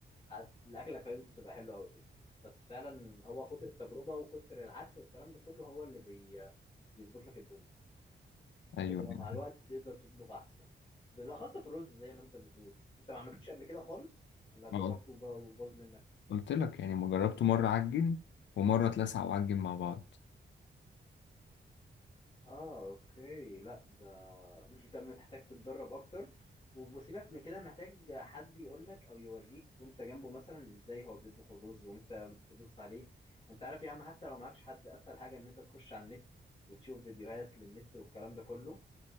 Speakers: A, on the left; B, on the left.
A: هت- الاكلك هيظبط ويبقى حلو قوي بس فعلا هو كتر التجربه وكتر العك والكلام ده كله هو اللي بي بيظبط لك الدنيا
B: ايوه
A: بتبقى
B: يعني
A: مع الوقت تقدر تطبخ احسن بالاخص في الرز زي ما انت بتقول انت ما عملتوش قبل كده خالص ولا جربته
B: ما
A: وب- وباظ منك
B: قلت لك يعني ما جربته مره عجن ومره اتلسع وعجن مع بعض
A: اه اوكي لا ده <laughs> انت محتاج تتدرب اكتر وسيبك من كده محتاج حد يقول لك او يوريك وانت جنبه مثلا ازاي هو بيطبخ الرز وانت تبص عليه انت عارف يا عم حتى لو معكش حد اسهل حاجه ان انت تخش على النت وتشوف فيديوهات للنت والكلام ده كله